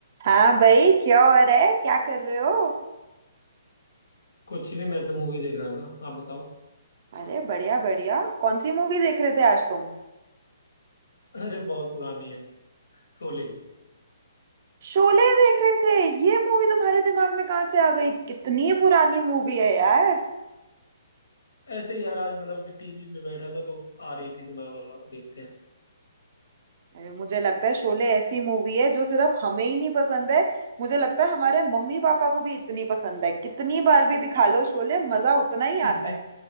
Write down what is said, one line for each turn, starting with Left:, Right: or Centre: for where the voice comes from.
Right: हाँ भाई क्या हो रहा है क्या कर रहे हो
Left: कुछ नहीं मैं तो मूवी देख रहा था आप बताओ
Right: अरे बढ़िया बढ़िया कौन सी मूवी देख रहे थे आज तुम
Left: अरे बहुत पुरानी है शोले
Right: शोले देख रहे थे ये मूवी तुम्हारे दिमाग में कहाँ से आ गई कितनी पुरानी मूवी है यार
Left: ऐसे ही यार आज मतलब कि टीवी पे बैठा था तो आ रही थी तो मैं बोला देखते हैं
Right: अरे मुझे लगता है शोले ऐसी मूवी है जो सिर्फ हमें ही नहीं पसंद है मुझे लगता है हमारे मम्मी पापा को भी इतनी पसंद है कितनी बार भी दिखा लो शोले मजा उतना ही
Left: इसमें
Right: आता है